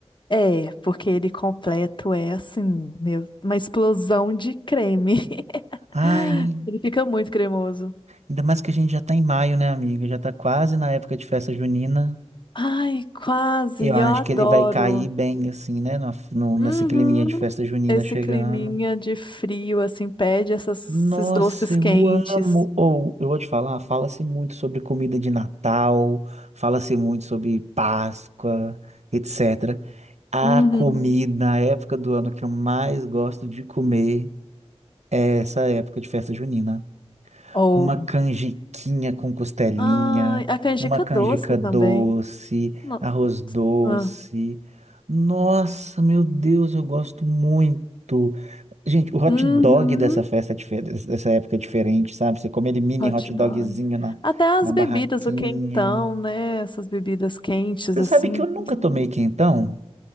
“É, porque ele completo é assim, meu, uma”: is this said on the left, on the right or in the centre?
Left